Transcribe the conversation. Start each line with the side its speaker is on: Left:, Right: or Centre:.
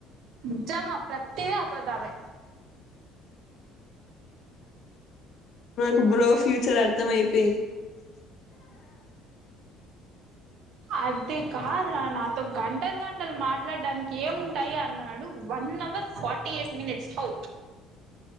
Right: నిజంగా ప్రతీదీ అబద్దమే
Left: నాకు బ్రో ఫ్యూచర్ అర్థం అయిపోయింది.
Right: అది కాదురా నాతో గంటలు గంటలు మాట్లాడడానికి ఏముంటాయి అన్నాడు one hour forty eight minutes how